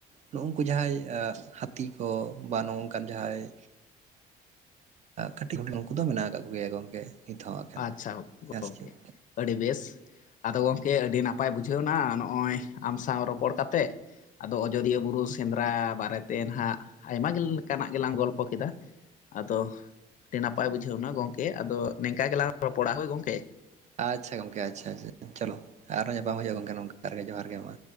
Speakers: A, on the right (about 45°); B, on the left (about 50°).
A: ᱱᱩᱠᱩ ᱡᱟᱦᱟᱸᱭ ᱦᱟᱹᱛᱤ ᱠᱚ ᱵᱟ ᱱᱚᱝᱠᱟᱱ ᱡᱟᱦᱟᱸᱭ ᱠᱟᱹᱴᱤᱡ ᱦᱚᱲ ᱩᱱᱠᱩ ᱫᱚ ᱢᱮᱱᱟᱜ ᱟᱠᱟᱫ ᱠᱚᱜᱮᱭᱟ ᱜᱚᱝᱠᱮ ᱱᱤᱛ ᱦᱚᱸ ᱮᱠᱷᱮᱱ
B: ᱟᱪᱪᱷᱟ
A: ᱦᱮᱸ
B: ᱜᱚᱢᱠᱮ
A: ᱥᱮ ᱪᱮᱫ
B: ᱟᱹᱰᱤ ᱵᱮᱥ ᱟᱫᱚ ᱜᱚᱢᱠᱮ ᱟᱹᱰᱤ ᱱᱟᱯᱟᱭ ᱵᱩᱡᱷᱟᱹᱣᱱᱟ ᱱᱚᱜᱼᱚᱭ ᱟᱢ ᱥᱟᱶ ᱨᱚᱯᱚᱲ ᱠᱟ ᱠᱟᱛᱮᱫ ᱟᱫᱚ ᱟᱡᱳᱚᱫᱤᱭᱟᱹ ᱵᱩᱨᱩ ᱥᱮᱸᱫᱽᱨᱟ ᱵᱟᱨᱮᱛᱮ ᱱᱟᱦᱟᱜ ᱟᱭᱢᱟ ᱞᱮᱠᱟᱱᱟᱜ ᱜᱮᱞᱟᱝ ᱜᱚᱞᱯᱚ ᱠᱮᱫᱟ ᱟᱫᱚ ᱟᱹᱰᱤ ᱱᱟᱯᱟᱭ ᱵᱩᱡᱷᱟᱹᱣᱱᱟ ᱜᱚᱝᱠᱮ ᱟᱫᱚ ᱱᱤᱝᱠᱟ ᱜᱮᱞᱟᱝ ᱨᱚᱯᱚᱲᱟ ᱦᱳᱭ ᱜᱚᱝᱠᱮ
A: ᱟᱪᱪᱷᱟ ᱜᱚᱝᱠᱮ ᱟᱪᱪᱷᱟ ᱟᱪᱷᱟ ᱪᱚᱞᱚ ᱟᱨᱚᱸ ᱧᱟᱯᱟᱢ ᱦᱩᱭᱩᱜᱼᱟ ᱜᱚᱢᱠᱮ ᱱᱚᱝᱠᱮ ᱡᱚᱦᱟᱨᱜ ᱜᱮ ᱢᱟ᱾